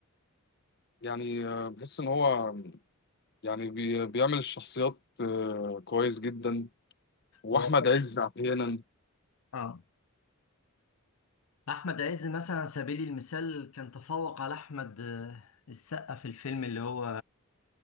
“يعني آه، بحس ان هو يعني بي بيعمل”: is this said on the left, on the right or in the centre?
Left